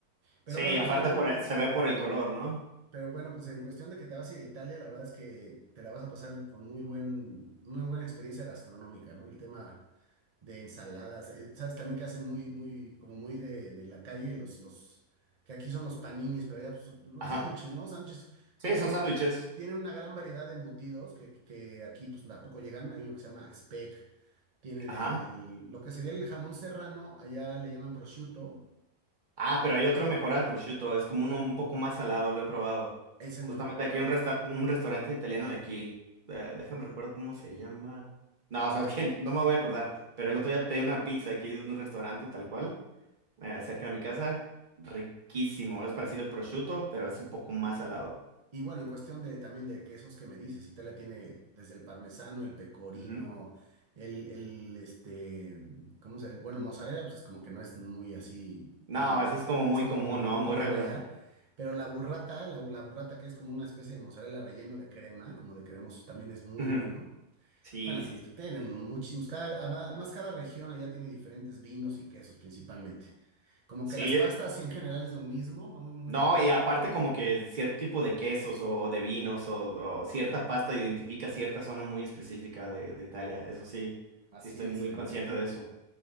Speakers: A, on the right; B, on the right.
A: Pero
B: Sí,
A: bueno,
B: aparte
A: pues en, en-
B: por, el- se ve por el color, ¿no?
A: pero bueno, pues en cuestión de que te vas a ir a Italia, la verdad es que te la vas a pasar con muy buen, muy buena experiencia gastronómica, ¿no? El tema de ensaladas. eh, ¿Sabes también que hacen muy, muy, como muy de, de la calle? Los, los, que aquí son los paninis, pero allá pues, son los
B: Ajá.
A: sándwiches, ¿no? Sándwiches
B: Sí,
A: tienen,
B: son sándwiches.
A: un- tienen una gran variedad de embutidos que, que aquí pues tampoco llegan. Hay uno que se llama speck. Tienen
B: Ajá.
A: el, el- lo que sería el jamón serrano, allá le llaman prosciutto.
B: Ah, pero hay otro mejor al prosciutto, es como uno un poco más salado, lo he probado.
A: Ese
B: Justamente
A: no lo he probado.
B: aquí hay un, resta- un restaurante italiano de aquí. eh, déjame recuerdo cómo se llama. No, sabes que no me voy a acordar, pero el otro día pedí una pizza aquí de un restaurante tal cual, eh, cerca de mi casa. Riquísimo, es parecido al prosciutto, pero es un poco más salado.
A: Y bueno, en cuestión de también de quesos que me dices, Italia tiene desde el parmesano, el pecorino,
B: Ujú.
A: el, el este, ¿cómo se? llama? Bueno, mozzarella, pues como que no es muy así,
B: No,
A: bien,
B: eso es como
A: es
B: muy
A: como
B: común,
A: muy
B: ¿no?
A: común
B: Muy regular.
A: allá, pero la burrata, la, bu- la burrata que es como una especie de mozzarella relleno de crema, como de cremoso, también es muy
B: Ujú.
A: bueno.
B: Sí,
A: Bueno,
B: sí, sí.
A: tienen muchísimos, cada- además además cada región allá tiene diferentes vinos y quesos principalmente. Como
B: Sí,
A: que las
B: yo,
A: pastas sí en general es lo mismo, muy, muy
B: No,
A: parecido.
B: y aparte como que cierto tipo de quesos o de vinos o, o cierta pasta identifica cierta zona muy específica de, de Italia. Eso sí,
A: Así
B: sí estoy
A: es,
B: muy
A: Ben.
B: consciente de eso.